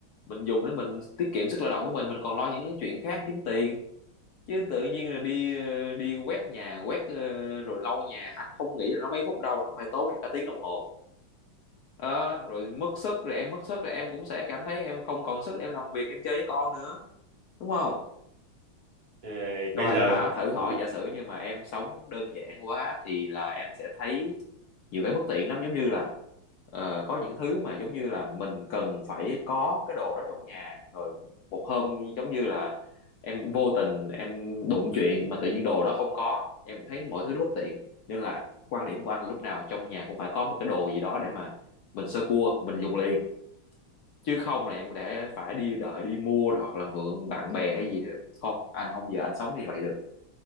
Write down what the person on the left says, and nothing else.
Mình dùng để mình tiết kiệm sức lao động của mình, mình còn lo những cái chuyện khác kiếm tiền. chứ tự nhiên là đi ờ, đi quét nhà quét ờ, rồi lau nhà anh không nghĩ là nó mấy phút đâu nó phải tốn em cả tiếng đồng hồ đó rồi mất sức rồi em mất sức rồi em cũng sẽ cảm thấy em không còn sức để em làm việc em chơi với con nữa đúng không
rồi
anh thử thử hỏi
giả sử như mà em sống đơn giản quá thì là em sẽ thấy nhiều cái bất tiện lắm giống như là ờ, có những thứ mà giống như là mình cần phải có cái đồ đó trong nhà rồi một hôm giống như là em vô tình em đụng chuyện mà tự nhiên đồ đó không có em cũng thấy mọi thứ nó bất tiện nên là quan điểm của anh lúc nào trong nhà cũng phải có một cái đồ gì đó để mà mình sơ cua mình dùng liền chứ không là em để phải đi đợi đi mua rồi hoặc là mượn bạn bè hay gì đó không anh không giờ anh sống như vậy được